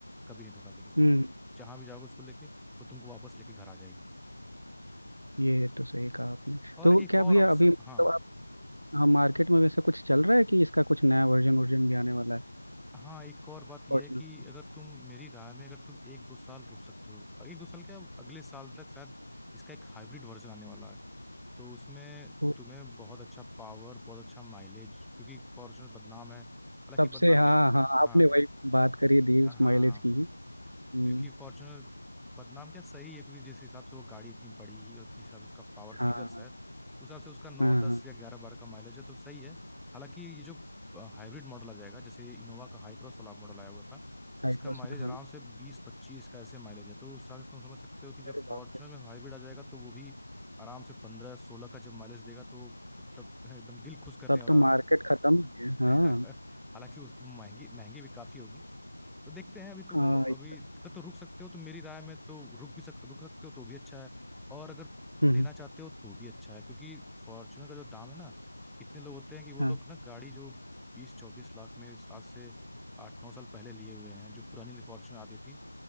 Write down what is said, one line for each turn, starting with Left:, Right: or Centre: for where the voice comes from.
Centre: कभी नहीं धोखा देगी
Right: हम्म
Centre: तुम जहां भी जाओगे उसको लेके वो तुमको वापस लेके घर आ जाएगी
Right: ये तो सही कहा आपने
Centre: और
Right: तो
Centre: एक
Right: क्या
Centre: और
Right: भैया
Centre: ऑप्शन
Right: अभी मतलब
Centre: हाँ
Right: आप हाँ मार्केट में वैसा कुछ चल रहा है कि इसका कुछ नया वर्जन वर्जन भी आने वाला है
Centre: हाँ एक और बात यह
Right: फॉर्च्यूनर
Centre: है कि
Right: का
Centre: अगर तुम मेरी राय में अगर तुम एक दो साल रुक सकते हो एक दो साल क्या अगले साल तक शायद इसका एक हाइब्रिड वर्जन आने वाला है तो उसमें
Right: तो
Centre: तुम्हें बहुत अच्छा पावर बहुत अच्छा माइलेज क्योंकि फॉर्च्यूनर बदनाम है हालांकि
Right: सबसे
Centre: बदनाम
Right: हाँ
Centre: क्या
Right: हाँ आपने
Centre: हाँ
Right: वही बात करी दी
Centre: हाँ
Right: उस
Centre: हाँ
Right: माइलेज
Centre: हाँ।
Right: की हम्म
Centre: क्योंकि फॉर्च्यूनर बदनाम क्या सही है क्योंकि जिस हिसाब से वो गाड़ी इतनी बड़ी और जिस हिसाब से उसका पावर
Right: हाँ
Centre: फिगर्स
Right: हाँ
Centre: है उस हिसाब से उसका नौ
Right: हाँ
Centre: दस
Right: हाँ
Centre: या ग्यारह बारह का माइलेज है तो सही है हालांकि ये जो हाइब्रिड मॉडल आ जाएगा जैसे इनोवा का हाई क्रॉस वाला मॉडल आया हुआ था
Right: हाइड्रोस
Centre: इसका माइलेज
Right: हाँ
Centre: आराम से बीस पच्चीस का ऐसे माइलेज है तो उस हिसाब से तुम समझ सकते हो कि जब
Right: अरे
Centre: फॉर्च्यूनर
Right: बाप रे
Centre: में हाइब्रिड आ जाएगा तो वो भी आराम से पंद्रह सोलह का जब माइलेज देगा तो एक तरफ एकदम दिल खुश करने
Right: तब
Centre: वाला
Right: तो मार्केट खत्म
Centre: हाँ।
Right: ही है हाँ
Centre: <laughs> हालांकि उसको महंगी महंगी भी काफी होगी तो देखते हैं अभी तो
Right: हाँ
Centre: वो
Right: एक-
Centre: अभी अगर तो रुक सकते हो तो मेरी राय में तो रुक भी सक रुक सकते हो तो भी अच्छा है और अगर लेना
Right: हम्म हम्म,
Centre: चाहते हो तो भी अच्छा है क्योंकि फॉर्च्यूनर का जो दाम है ना कितने लोग होते हैं कि वो
Right: हाँ
Centre: लोग ना गाड़ी जो बीस चौबीस लाख में इस आज से आठ नौ साल पहले लिए हुए हैं जो पुरानी फॉर्च्यूनर आती थी